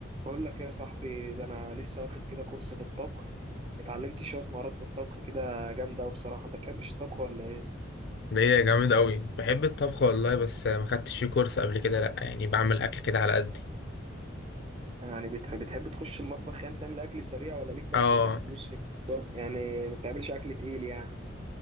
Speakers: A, on the right; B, on the left.
A: بقول لك إيه يا صاحبي ده انا لسه واخد كده كورس في الطبخ اتعلمت شويه مهارات في الطبخ كده جامده قوي بصراحه انت بتحبش الطبخ ولا ايه
B: ده ايه جامد قوي بحب الطبخ والله بس ما خدتش فيه كورس قبل كده لا يعني بعمل اكل كده على قدي
A: يعني بتحب بتحب تخش المطبخ يعني تعمل اكل سريع ولا ليك بقى
B: اه
A: في انك تدوس في طب يعني ما بتعملش اكل تقيل يعني